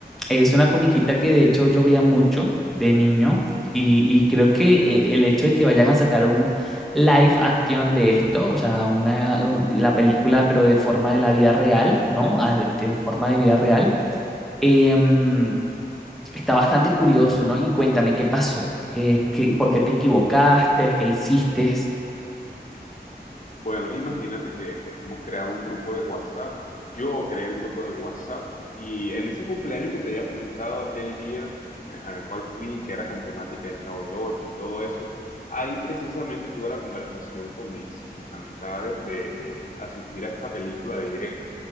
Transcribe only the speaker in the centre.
es una comiquita que de hecho yo veía mucho de niño y, y creo que eh, el hecho de que vayan a sacar un live action de esto, o sea, una, un- la película pero de forma de la vida real, ¿no? Ah, De de forma de vida real. em, está bastante curioso, ¿no? Y cuéntame qué pasó, ¿Qué, qué, por qué te equivocaste, qué hiciste.